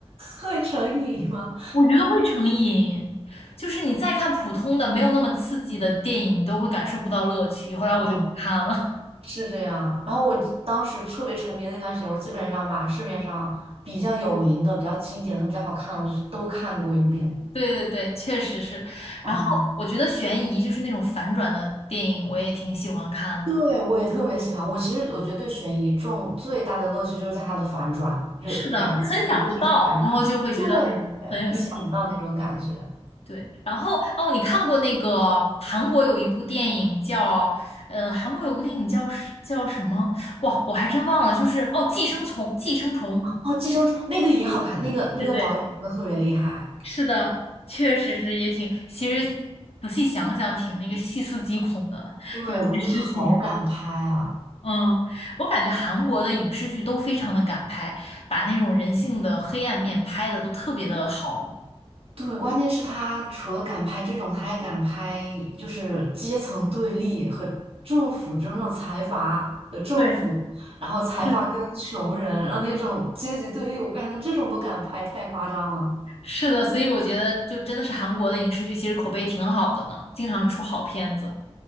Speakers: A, on the right; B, on the left.
A: 会成瘾吗？
B: 我觉得会成瘾，就是你再看普通的、没有那么刺激的电影，你都会感受不到乐趣。后来我就不看了。
A: 嗯，是这样。然后我当时特别沉迷的那段时间，我基本上把市面上比较有名的、比较经典的、比较好看的，我就都看过一遍。
B: <laughs> 对对对，确实是。
A: 哇，
B: 然后我觉得悬疑就是那种反转的电影，我也挺喜欢看的。
A: 对，我也特别喜欢。我其实我觉得对悬疑中最大的乐趣就是在它的反转，就每一次的一个题材反转，
B: 是的，你很想不到，然后就会觉得很很有吸引力。
A: 对对，意想不到那种感觉。
B: 对，然后哦，你看过那个韩国有一部电影叫呃，韩国有部电影叫是叫什么？哇，我还真忘了，就是哦，《寄生虫》《寄生虫》。
A: 哦，《寄生虫》那个也好看，那个那个导演真的特别厉害。
B: 对对，是的，确实是也挺，其实仔细想想挺那个细思极恐的，
A: 对，
B: 有些事情。
A: 我觉得好敢拍啊！
B: 嗯，我感觉韩国的影视剧都非常的敢拍，把那种人性的黑暗面拍的都特别的好。
A: 对，关键是他除了敢拍这种，他还敢拍就是阶层对立和政府这种财阀和政府，
B: 对，
A: 然后财阀跟穷人，
B: 是的，
A: 然后那种阶级对立，我感觉他这种都敢拍，太夸张了。
B: 是的，所以我觉得就真的是韩国的影视剧其实口碑挺好的呢，经常出好片子